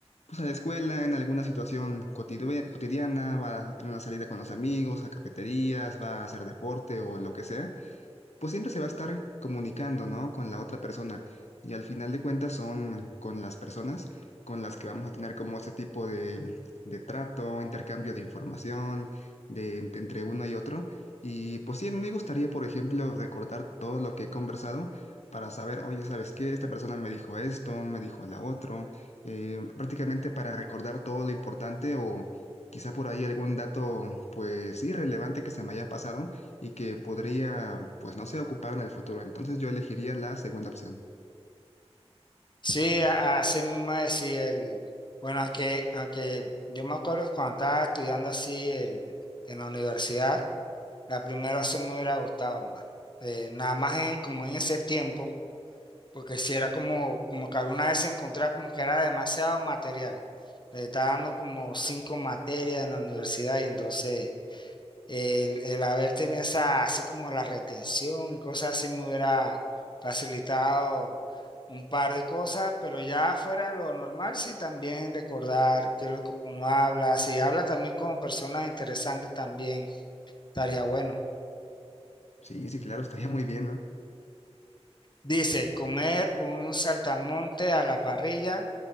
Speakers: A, on the left; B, on the left.
A: pues, a la escuela, en alguna situación cotidue- cotidiana, va en una salida con los amigos, a cafeterías, va a hacer deporte o lo que sea pues siempre se va a estar comunicando, ¿no? Con la otra persona. Y al final de cuentas son con las personas con las que vamos a tener como ese tipo de, de trato, intercambio de información, de, ent- entre uno y otro. Y pues sí, a mí me gustaría, por ejemplo, recordar todo lo que he conversado para saber, oye, ¿sabes qué? Esta persona me dijo esto, me dijo la otro, eh, prácticamente para recordar todo lo importante o quizá por ahí algún dato, pues sí, relevante que se me haya pasado y que podría, pues no sé, ocupar en el futuro. Entonces yo elegiría la segunda opción.
B: Sí, a- así mismo decía el, bueno, aunque, aunque yo me acuerdo que cuando estaba estudiando así el, en la universidad, la primera sí me hubiera gustado más. Eh, nada más en- como en ese tiempo, porque si era como, como que alguna vez encontraba como que era demasiado material. me estaba dando como cinco materias en la universidad y entonces el, el haber tenido esa, así como la retención y cosas así me hubiera facilitado un par de cosas, pero ya fuera de lo normal, sí también recordar qué es lo que uno habla, si habla también con personas interesantes también estaría bueno.
A: Sí, sí, claro, estaría muy bien, ¿no?
B: Dice, comer un saltamonte a la parrilla